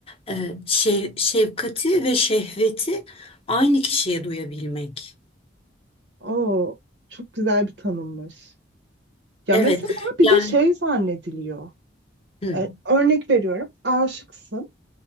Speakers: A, on the left (about 30°); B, on the right (about 70°).
A: E, şev- şefkati ve şehveti aynı kişiye duyabilmek.
B: Oo, çok güzel bir tanımmış. Ya
A: Evet
B: mesela bir
A: yani
B: de şey zannediliyor.
A: hı,
B: E, örnek veriyorum. Aşıksın.